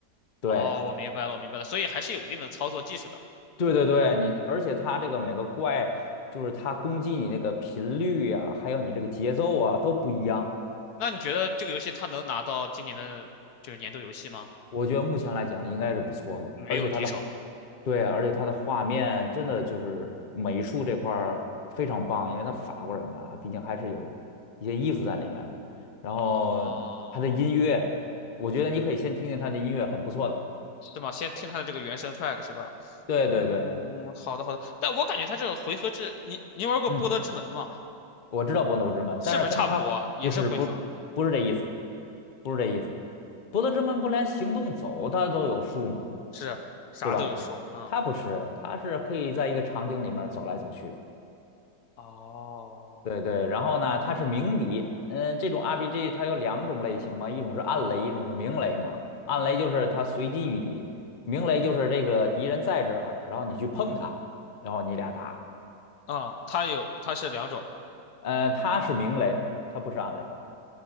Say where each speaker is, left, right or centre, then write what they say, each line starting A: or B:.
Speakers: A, on the left; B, on the left.
A: 对，
B: 哦，我明白了，我明白了，所以还是有一定的操作技术的。
A: 对对对，你而且它这个每个怪，就是它攻击你那个频率啊，还有你这个节奏啊都不一样。
B: 那你觉得这个游戏它能拿到今年的就是年度游戏吗？
A: 我觉得目前来讲应该是不错的，
B: 没有敌手。
A: 而且它的对，而且它的画面真的就是美术这块儿非常棒，因为它法国人嘛，毕竟还是有一些艺术在里面的。然后它的音乐，
B: 哦，
A: 我觉得你可以先听听它的音乐，很不错的。
B: 是吗？先听它的这个原声 track 是吧？
A: 对对对，
B: 嗯，好的好的。但我感觉它这个回合制，你你玩过《波德之门》吗？
A: 嗯，我知道《伯乐不知门》，
B: 是不是差不多？
A: 但是跟它不是不不是这意思，
B: 也是回合，
A: 不是这意思。博德之门不连行动走它都有数吗？
B: 是啥都有数啊。
A: 对吧？它不是，它是可以在一个场景里面走来走去。
B: 哦。
A: 对对，然后呢，它是鸣笛。嗯，这种 RPG 它有两种类型嘛，一种是暗雷，一种是明雷嘛。暗雷就是它随机遇敌，明雷就是这个敌人在这儿，然后你去碰它，然后你俩打。
B: 啊，它有，它是两种。
A: 呃，它是明雷，它不是暗雷。